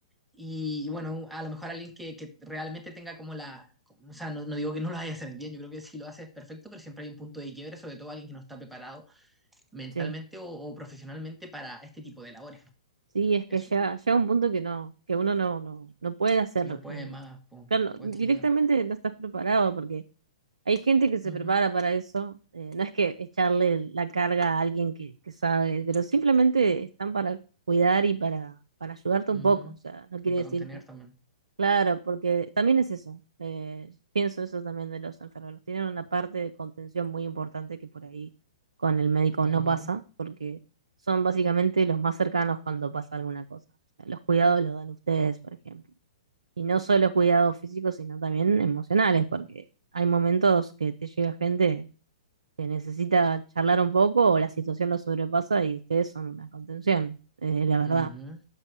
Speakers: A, in the centre; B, on the right.
A: Y bueno, a lo mejor alguien que, que realmente tenga como la... O sea, no, no digo que no lo vaya a hacer bien, yo creo que si lo hace es perfecto, pero siempre hay un punto de quiebre, sobre todo alguien que no está preparado mentalmente
B: Sí,
A: o, o profesionalmente para este tipo de labores.
B: sí, es que
A: Eso,
B: ya llega un punto que no, que uno no, no, no puede hacer,
A: no puede
B: eh,
A: más, po,
B: claro,
A: guachita.
B: directamente no estás preparado porque hay gente que se
A: Ujú,
B: prepara para eso. eh, no es que echarle la carga a alguien que, que sabe, pero simplemente están para cuidar y para, para ayudarte
A: ujú.
B: un poco. O sea, no quiere
A: Y para
B: decir
A: contener
B: que
A: también.
B: Claro, porque también es eso. eh, pienso eso también de los enfermeros. Tienen una parte de contención muy importante que por ahí con el médico
A: Ujú,
B: no pasa, porque son básicamente los más cercanos cuando pasa alguna cosa. O sea, los cuidados los dan ustedes, por ejemplo. Y no solo cuidados físicos, sino también emocionales, porque hay momentos que te llega gente que necesita charlar un poco o la situación lo sobrepasa y ustedes son una contención, eh, la verdad.
A: ujú.